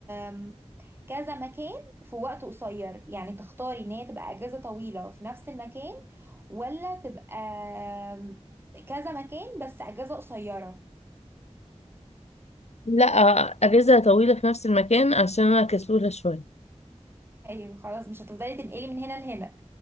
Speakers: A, on the right; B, on the left.
A: آم، كذا مكان في وقت قصير يعني تختاري ان هي تبقى أجازة طويلة في نفس المكان ولا تبقى آم، كذا مكان بس أجازة قصيرة
B: لا اجازه طويله في نفس المكان عشان انا كسوله شويه
A: ايوه خلاص مش هتفضلي تنقلي من هنا لهنا